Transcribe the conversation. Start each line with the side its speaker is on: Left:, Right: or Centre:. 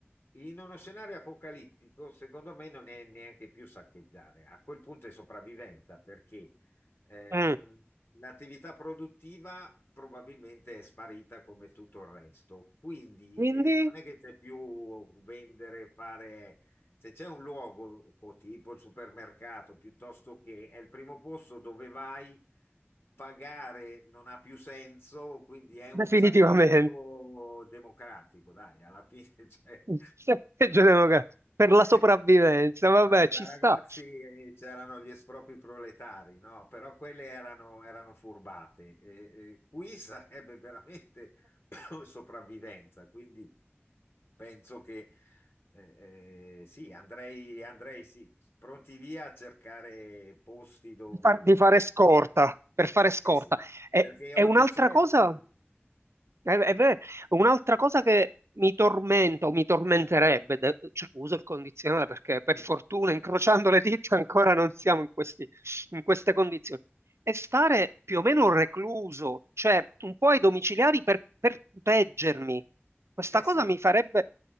Left: In uno scenario apocalittico, secondo me, non è neanche più saccheggiare. A quel punto è sopravvivenza, perché eh,
Right: Mm.
Left: mh, l'attività produttiva probabilmente è sparita come tutto il resto. Quindi
Right: Quindi,
Left: eh, non è che c'è più vendere, fare... Se c'è un luogo, tipo il supermercato, piuttosto che è il primo posto dove vai pagare non ha più senso, quindi è
Right: definitivamente,
Left: un saccheggio democratico, dai, alla fine, <laughs> cioè,
Right: <laughs> saccheggio democratico per
Left: come-
Right: la sopravvivenza, vabbè,
Left: da, da
Right: ci sta.
Left: ragazzi eh, c'erano gli espropri proletari, no? Però quelle erano, erano furbate. E- e qui <laughs> sarebbe veramente <coughs> sopravvivenza, quindi penso che eh, eh, sì, andrei, andrei sì, pronti via a cercare posti dove,
Right: Di, far- di
Left: dove
Right: fare scorta, per fare scorta.
Left: eh sì,
Right: E,
Left: perché
Right: e
Left: oggi
Right: un'altra
Left: c'è...
Right: cosa.
Left: domani-
Right: È- è ver- Un'altra cosa che mi tormenta o mi tormenterebbe, de- cioè, uso il condizionale perché per
Left: Sì.
Right: fortuna, incrociando le dita, ancora non siamo in questi- in queste condizioni, è stare più o meno recluso, cioè un po' ai domiciliari per, per proteggermi. Questa
Left: Eh
Right: cosa
Left: sì.
Right: mi farebbe...